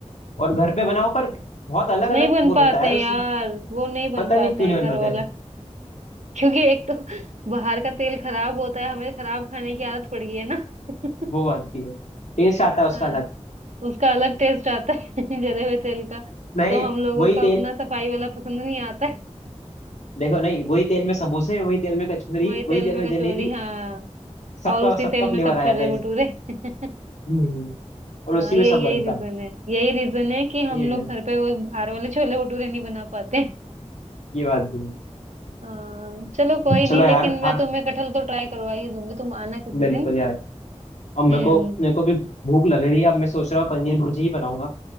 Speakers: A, on the left; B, on the right.
A: और घर पे बनाओ पर बहुत अलग
B: नहीं
A: अलग
B: बन
A: वो
B: पाते
A: रहता है
B: हैं
A: उसमें
B: यार वो नहीं बन
A: पता
B: पाते
A: नहीं क्यों
B: हैं
A: नहीं बन
B: घर
A: पाता
B: वाला
A: है
B: क्योंकि एक तो बाहर का तेल खराब होता है हमें खराब खाने की आदत पड़ गई है ना <laughs>
A: वो बात की है टेस्ट आता है उसका
B: हाँ
A: अलग
B: उसका अलग टेस्ट आता है <laughs> जले हुए तेल का
A: नहीं
B: तो हम लोगों
A: वही
B: को अपना
A: तेल
B: सफाई वाला पसंद नहीं आता
A: देखो नहीं वही तेल में समोसे वही तेल में कचौरी
B: वही तेल
A: वही तेल
B: में
A: में
B: कचौरी
A: जलेबी
B: हाँ
A: सबका
B: और उसी
A: सबका
B: तेल में
A: फ्लेवर
B: सब
A: आ
B: छोले
A: जाता है
B: भटूरे <laughs>
A: हम्म, और
B: हाँ
A: उसी
B: यही
A: में सब बनता
B: यही रीजन
A: है
B: है यही रीजन है कि हम
A: ये
B: लोग घर पे वो बाहर वाले छोले भटूरे नहीं बना पाते <laughs>
A: ये बात भी है
B: हाँ चलो कोई नहीं
A: चलो यार
B: लेकिन
A: खा
B: मैं तुम्हें कटहल तो ट्राई करवा ही दूंगी तुम आना किसी
A: बिल्कुल
B: दिन
A: यार अब मेरे
B: हम्म
A: को मेरे को भी भूख लग रही है अब मैं सोच रहा हूँ पनीर भुर्जी ही बनाऊंगा